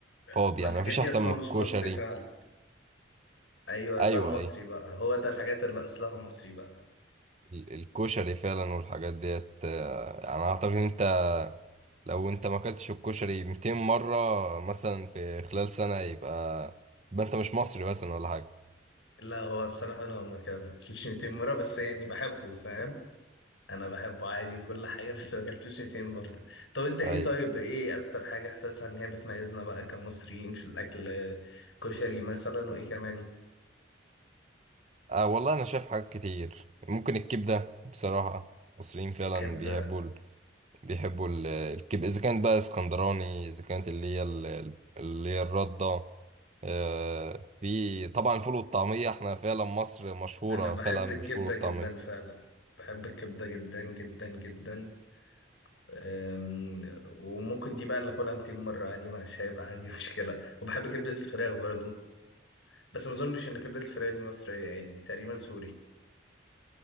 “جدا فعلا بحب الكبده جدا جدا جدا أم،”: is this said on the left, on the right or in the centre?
Left